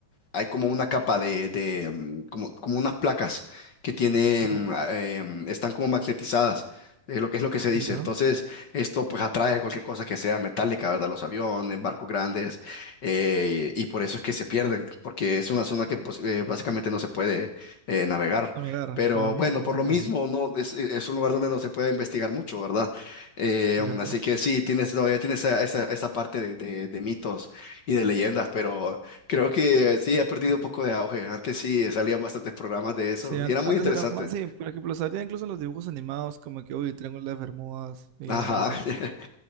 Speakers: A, on the left; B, on the right.
A: hay como una capa de, de, mm, como, como unas placas que tienen,
B: ujú,
A: ah, em, están como magnetizadas, eh, lo que es lo que se dice.
B: Ya.
A: Entonces, esto pues atrae cualquier cosa que sea metálica, ¿verdad? Los aviones, barcos grandes, eh, y por eso es que se pierden, porque es una zona que pues, eh, básicamente no se puede eh, navegar.
B: Amigar,
A: Pero
B: ah, mira,
A: bueno,
B: no
A: por
B: sabía.
A: lo mismo, no es, e, es un lugar donde no se puede investigar mucho, ¿verdad? Eh,
B: Claro.
A: mm, así que sí, tienes todavía tienes esa, esa, esa parte de, de de mitos y de leyendas, pero Creo que sí, ha perdido un poco de auge. Antes sí salían bastantes programas de eso
B: Sí, an-
A: y era muy
B: antes
A: interesante.
B: era más, sí, por ejemplo, salía incluso en los dibujos animados como que, uy, Triángulo de las Bermudas, y
A: Ajá.
B: era como que...
A: <laughs>